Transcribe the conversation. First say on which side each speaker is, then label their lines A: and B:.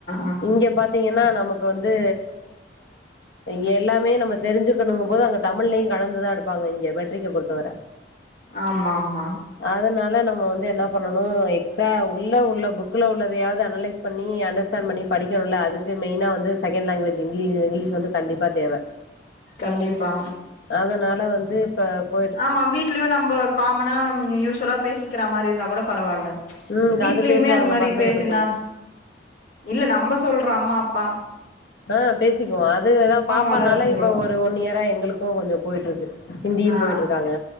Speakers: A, on the left; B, on the left.
A: ஆ
B: இங்க பாத்தீங்கன்னா நமக்கு வந்து இங்க எல்லாமே நம்ம தெரிஞ்சுக்கணுங்கு போது அவுங்க தமிழ்லயு கலந்துதா எடுப்பாங்க இங்க மெட்ரிக்க பொறுத்தவர
A: ஆமா ஆமா
B: அதனால நம்ம வந்து என்ன பண்ணணு எக்ஸ்டா உள்ள உள்ள புக்ல உள்ளதையாவது அனலைஸ் பண்ணி அண் டர்ஸ்டாண் பண்ணி படிக்கணுல்ல அதுக்கு மெயினா வந்து செகேண்டு லங்குவேஜ்ஜி இங்லீ இங்லீஷ்ஷு வந்து கண்டிப்பா தேவ
A: கண்டிப்பா
B: அதனால வந்து இப்ப போ
A: ஆமா வீட்லயு நம்ப காமனா யூஸ்வலா பேசிக்கிறா மாரி இருந்தா கூட பரவால்ல
B: ம்
A: வீட்லயுமே
B: அது பேசுவாங்க
A: அந்த மாரி
B: பசங்களுக்குள்ள.
A: பேசினா இல்ல நம்ப சொல்ற அம்மாப்பா
B: அ பேசிக்குவோ அதுதா பாப்பானால
A: வளர்ந்துரு
B: இப்ப ஒ ரு ஒன் இயரா எங்களுக்கு கொஞ்சோ‌ போயிட்ருக்கு ஹிந்தியு
A: ஆ
B: போயிட்ருக்காங்க